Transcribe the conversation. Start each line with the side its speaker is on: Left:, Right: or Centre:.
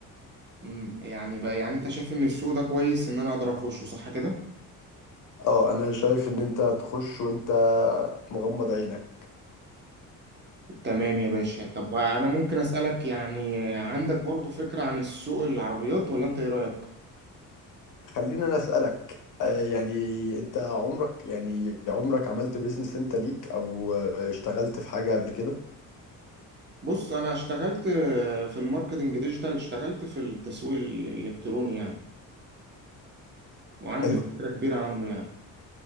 Right: امم يعني بقى يعني انت شايف ان السوق ده كويس ان انا اقدر اخشه صح كده
Left: اه انا شايف ان انت تخش وانت مغمض عينك
Right: تمام يا باشا طب انا ممكن اسالك يعني عندك برضو فكره عن السوق العربيات ولا انت ايه رايك
Left: خليني انا اسالك آه، يعني انت عمرك يعني عمرك عملت بيزنس انت ليك او آه، اشتغلت في حاجه قبل كده
Right: بص انا اشتغلت في الماركتنج ديجيتال اشتغلت في التسويق الالكتروني يعني وعندي
Left: حلو
Right: فكرة كبيرة عنه يعني